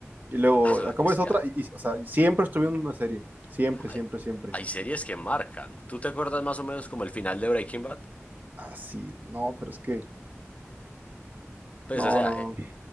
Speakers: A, on the right (about 40°); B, on the left (about 30°).
A: Y luego
B: Ah, solo
A: acabo
B: que es
A: esa
B: que
A: otra, y, y, o sea, siempre estoy viendo una serie. Siempre,
B: hay,
A: siempre, siempre.
B: hay series que marcan. ¿Tú te acuerdas más o menos como el final de Breaking Bad?
A: Ah, sí, no, pero es que,
B: Pues,
A: no,
B: o sea,
A: no,
B: eh,
A: no.